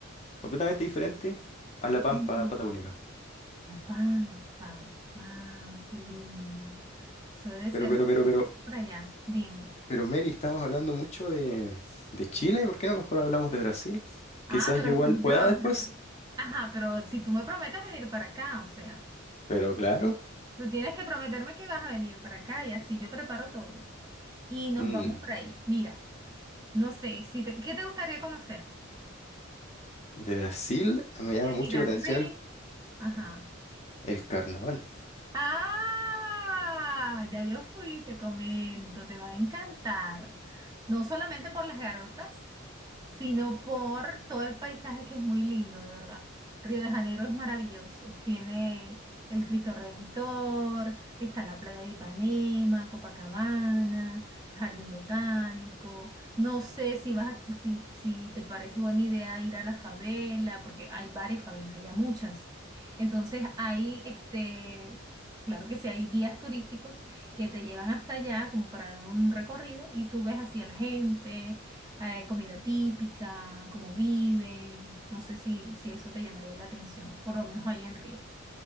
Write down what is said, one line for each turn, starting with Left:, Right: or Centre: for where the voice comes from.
Left: completamente diferente a La Pampa
Right: Ujú.
Left: Patagónica.
Right: La Pampa. Wow, qué lindo. Eso debe ser
Left: Pero, pero, pero, pero,
Right: para allá. Dime.
Left: pero, Mary, estamos hablando mucho de, de Chile, ¿por qué no mejor hablamos de Brasil?
Right: Ah,
Left: Quizás
Right: pero,
Left: yo igual pueda después,
Right: pero- ajá, pero si tú me prometes venir para acá, o sea,
Left: pero claro.
Right: tú tienes que prometerme que vas a venir para acá y así yo preparo todo. Y nos
Left: Mm.
Right: vamos por ahí. Mira, no sé, si te- ¿qué te gustaría conocer?
Left: De Brasil me llama
Right: ¿Quieres
Left: mucho
Right: ir a
Left: la atención
Right: Río?
Left: el,
Right: Ajá.
Left: el carnaval,
Right: Ah, ya yo fui, te comento, te va a encantar. No solamente por las garotas, sino por todo el paisaje que es muy lindo, de verdad. Río de Janeiro es maravilloso. Tiene el Cristo Redentor, está la playa de Ipanema, Copacabana, Jardín Botánico. No sé si vas a- si, si te parece buena idea ir a la favela, porque hay varias favelas, allá muchas. Entonces, hay este. Claro que sí, hay guías turísticos que te llevan hasta allá como para dar un recorrido y tú ves así a la gente, eh, comida típica, cómo viven. No sé si, si eso te llamaría la atención, por lo menos allá en Río.